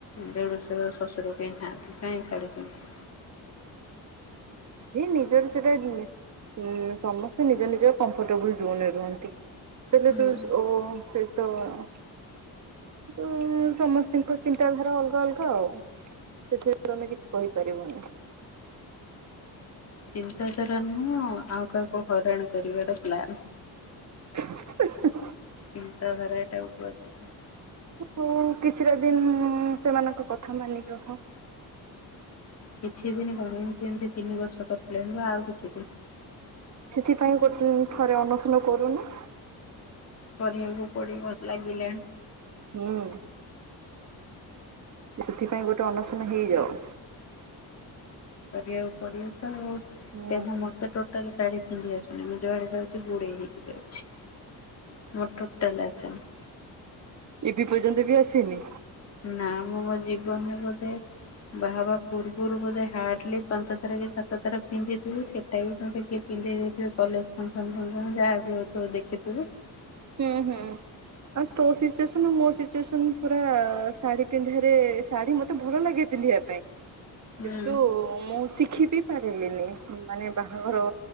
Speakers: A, on the left; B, on the right.
A: ଦେଢୁଶୁର ଶ୍ୱଶୁର କେହି ନାହାନ୍ତି କାହିଁ ଶାଢ଼ୀ ପିନ୍ଧିବି।
B: ନିଜର ସେଇଟା ନି ସମସ୍ତେ ନିଜ ନିଜର କମ୍ଫଟେବୁଲ ଜୋନରେ ରୁହନ୍ତି। <unintelligible>
A: ହୁଁ
B: ଉଁ ସମସ୍ତିିଙ୍କ ଚିନ୍ତାଧାରା ଅଲଗା ଅଲଗା ଆଉ। ସେଥିରେ ତମେ କିଛି କହିପାରିବନି।
A: ଚିନ୍ତାଧାରା ନୁହଁ ଆଉ କାହାକୁ ହଇରାଣ କରିବାର ପ୍ଲାନ୍।
B: <unintelligible>
A: ଚିନ୍ତାଧାର ଏଇଟାକୁ କୁହାଯାଏ।
B: ହୁଁ କିଛିଟା ଦିନ ସେମାନଙ୍କ କଥା ମାନି ରହ।
A: କିଛି ଦିନି କଣ ଏମିତି ଏମିତି ତିନି ବର୍ଷ କଟିଲାଣି ମ ଆଉ କିଛି ଦିନ।
B: ସେଥିପାଇଁ ଗୋଟେ ଥରେ ଅନଶନ କରୁନୁ।
A: କରିବାକୁ ପଡିବ ଲାଗିଲାଣି।
B: ହୁଁ। ସେଥିପାଇଁ ଗୋଟେ ଅନଶନ ହେଇଯାଉ।
A: କରିବାକୁ ପଡିବ ତ ଆଉ
B: ହୁଁ
A: କେହିଁ ମତେ ଟୋଟାଲ ଶାଢୀ ପିନ୍ଧି ଆସୁନି। ମୁଁ ଯୁଆଡେ ଯାଉଛି ଗୁଡେଇ ହେଇକି ଯାଉଛି। ମୋର ଟୋଟାଲ ଆସିନି।
B: ଏବେ ପର୍ଯ୍ୟନ୍ତବି ଆସିନି?
A: ନା ମୁଁ ମୋ ଜୀବନରେ ବୋଧେ ବାହା ହେବା ପୂର୍ବରୁ ବୋଧେ ହାଟଲି ପାଞ୍ଚ ଥର କି ସାତ ଥର ପିନ୍ଧିଥିବୁ ସେଇଟା ବି କିଏ ପିନ୍ଧେଇ ଦେଇଥିବେ କଲେଜ ଫଙ୍କସନ୍ ଫଙ୍କସନ୍ ରେ ଯାହାବ ହଉଥିବ ଦେଖିଥିବେ।
B: ହୁଁ ହୁଁ ଆଉ ତୋ ସିଚୁଏସନ ମୋ ସିଚୁଏ ପୁରା ଶାଢୀ ପିନ୍ଧାରେ ଶାଢୀ ମତେ ଭଲ ଲାଗେ ପିନ୍ଧିବା ପାଇଁ।
A: ହୁଁ।
B: କିନ୍ତୁ ମୁଁ ଶିଖି ବି ପାରିଲିନି। ମାନେ ବାହାଘର